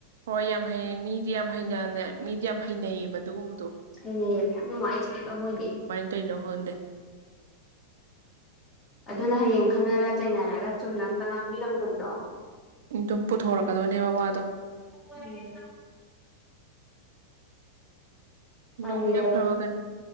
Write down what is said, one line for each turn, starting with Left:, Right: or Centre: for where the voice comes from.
Right: ꯍꯣꯏ ꯌꯥꯝ ꯍꯩ ꯃꯤꯗꯤ ꯌꯥꯝ ꯍꯩꯅꯅꯦ ꯃꯤꯗꯤ ꯌꯥꯝ ꯍꯩꯅꯩꯌꯦꯕ ꯑꯗꯨꯒꯨꯝꯕꯗꯣ
Left: ꯍꯩꯅꯩꯌꯦꯕ ꯌꯥꯝ ꯅꯨꯡꯉꯥꯏꯖꯩꯌꯦꯕ ꯃꯣꯏꯗꯤ
Right: ꯀꯩꯅꯣ ꯍꫭꯟꯗꯦ
Left: ꯑꯗꯨꯅ ꯍꯌꯦꯡ ꯈꯟꯅꯔ ꯆꯩꯅꯔꯒ ꯆꯨꯝꯅ ꯑꯝꯇ ꯉꯥꯡꯕꯤꯔꯝꯗꯕꯗꯣ
Right: ꯑꯗꯨꯝ ꯄꯨꯊꯣꯔꯛꯀꯗꯣꯏꯅꯦꯕ ꯋꯥꯗꯣ
Left: ꯎꯝ
Right: ꯌꯣꯡꯣꯡꯂꯤ
Left: ꯇꯜꯂꯦꯕ
Right: ꯎ ꯈꯔꯕꯒꯔ